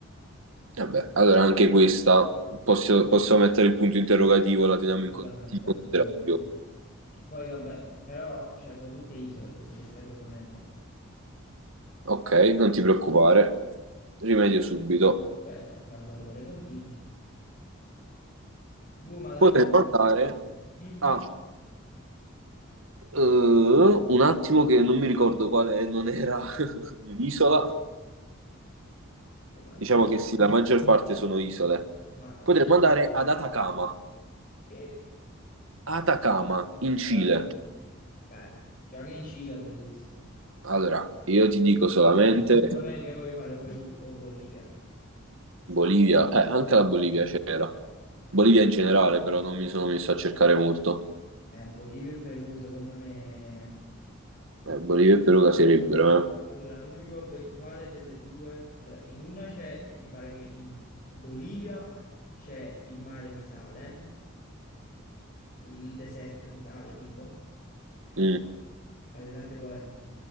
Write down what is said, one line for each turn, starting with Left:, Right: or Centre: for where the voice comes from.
Right: Vabbè, allora anche questa posso, posso mettere il punto interrogativo, la teniamo
Left: assolutamente,
Right: in con- in considerazione.
Left: assolutamente. Che poi vabbè, però cioè, sono tutte isole queste che stai proponendo.
Right: Ok, non ti preoccupare, rimedio subito.
Left: Certo, Salvatore, continui. Boh, ma alla
Right: Potremmo
Left: fine...
Right: andare
Left: Mm?
Right: a Eh, un attimo che non mi ricordo quale non era <laughs> un'isola.
Left: Boh, ma alla
Right: Diciamo
Left: fine...
Right: che sì, la maggior parte sono isole.
Left: Ma...
Right: Potremmo
Left: cioè,
Right: andare ad Atacama,
Left: che?
Right: Atacama in Cile.
Left: Bello. Beh, già che in Cile è bellissima.
Right: Allora, io ti dico solamente
Left: Eh, In Sud America io voglio fare o Perù o Bolivia.
Right: Bolivia, eh, anche la Bolivia c'era.
Left: Eh,
Right: Bolivia in generale, però non mi sono messo a cercare molto.
Left: eh, Bolivia e Perù, secondo me...
Right: Eh, Bolivia e Perù caserebbero, eh.
Left: Allora, non mi ricordo in quale delle due, allora, in una c'è, mi pare che in Bolivia c'è il mare di sale, il deserto di sale tipo,
Right: Mm.
Left: hai presente qual è?